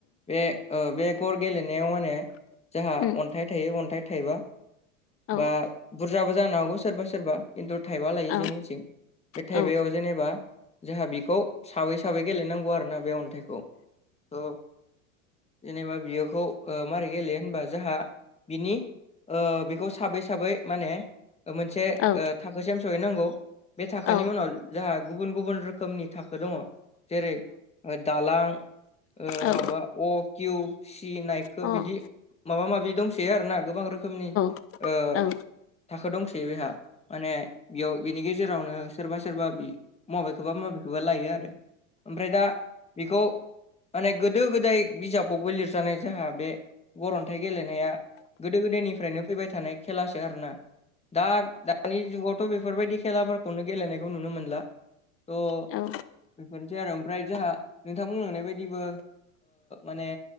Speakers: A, on the left; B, on the left.
A: बे ओ बे गर गेलेनायाव माने जाहा
B: उम
A: अन्थाइ थायो अन्थाइ थायोबा
B: औ
A: बा बुरजाबो जानो हागौ सोरबा सोरबा खिन्थु थाइबा लायो
B: औ
A: जोंनिथिं बे थाइबयाव
B: औ
A: जेनेबा जोंहा बिखौ साबै साबै गेलेनांगौ आरोना बे अन्थाइखौ औ जेनेबा बियोखौ मारै गेले होनबा जोंहा बिनि ओ बेखौ साबै साबै माने मोनसे
B: औ
A: ओ थाखोसिम सहैनांगौ बे थाखोनि
B: औ अ
A: उनाव जोंहा गुबुन गुबुन रोखोमनि थाखो दङ जेरै दालां ओ
B: औ
A: माबा अ किउ सि नायखौ
B: औ
A: बिदि
B: औ
A: माबा माबि दंसै आरोना गोबां रोखोमनि
B: औ
A: ओ
B: औ
A: थाखो दंसैयो बेहा माने बेयाव बिनि गेजेरावनो सोरबा सोरबा मबेखौबा मबेखौबा लायो आरो ओमफ्राय दा बेखौ माने गोदो गोदाय बिजाबावबो लिरजानाय जोंहा बे गरन्थाइ गेलेनाया गोदो गोदायनिफ्रायनो फैबाय थानाय खेलासो आरोना दा दानि जुगावथ' बेफोरबायदि खेलाफोरखौनो गेलेनायखौ नुनो मोनला। थ'
B: औ
A: बेफोरनोसै आरो ओमफ्राय जोंहा नोंथां बुंलांनाय बायदिबो माने